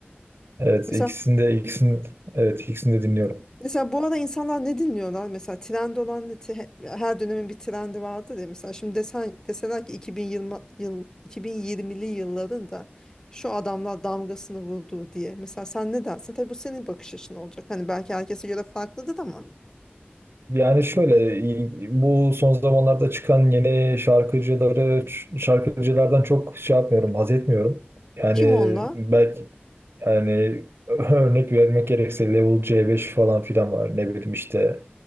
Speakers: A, on the right; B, on the left.
A: evet
B: Mesela
A: ikisini de ikisini evet ikisini de dinliyorum.
B: Mesela bu ara insanlar ne dinliyorlar? Mesela trend olan ne? Te- Her dönemin bir trendi vardır ya. Mesela şimdi desen, deseler ki 2020 yıl 2020'li yılların da şu adamlar damgasını vurdu diye. Mesela sen ne dersin? Tabii bu senin bakış açın olacak. Hani belki herkese göre farklıdır ama.
A: Yani şöyle bu son zamanlarda çıkan yeni şarkıcıları şarkıcılardan çok şey yapmıyorum, haz etmiyorum. Yani
B: Kim onlar?
A: belki yani <laughs> örnek vermek gerekirse Level C5 falan filan var. Ne bileyim işte